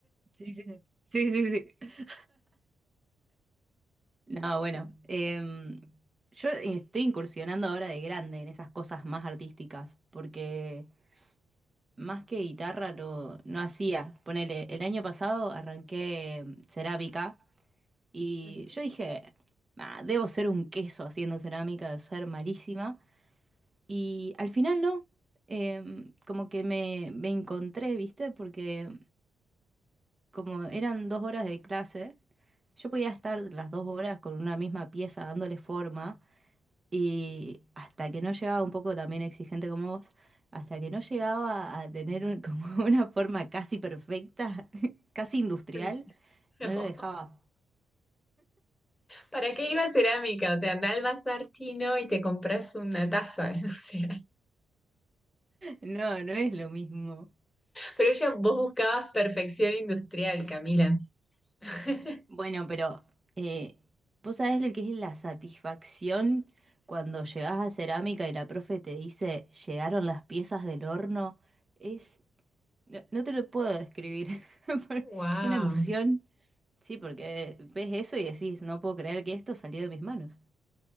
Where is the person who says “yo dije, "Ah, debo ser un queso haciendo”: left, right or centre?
Right